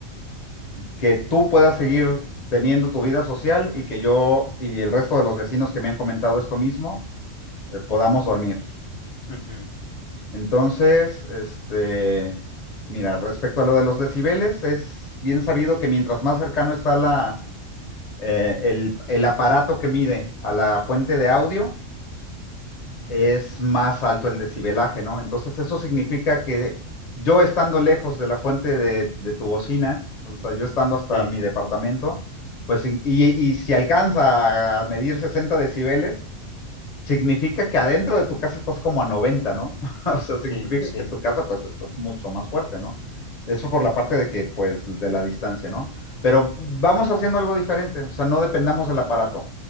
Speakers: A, on the left (about 45°); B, on the left (about 80°).
A: que tú puedas seguir teniendo tu vida social y que yo y el resto de los vecinos que me han comentado esto mismo eh, podamos dormir.
B: ujú,
A: Entonces, este, mira, respecto a lo de los decibeles, es bien sabido que mientras más cercano está la, eh, el, el aparato que mide a la fuente de audio, es más alto el decibelaje, ¿no? Entonces, eso significa que yo estando lejos de la fuente de, de tu bocina, o sea, yo estando hasta
B: Sí,
A: mi departamento, pues, y, y- y si alcanza a medir 60 decibeles, significa que adentro de tu casa estás como a 90, ¿no? <laughs> o sea, significa
B: sí, sí, sí.
A: que tu casa pues estás mucho más fuerte, ¿no? Eso por la parte de que pues de la distancia, ¿no? Pero vamos haciendo algo diferente, o sea, no dependamos del aparato,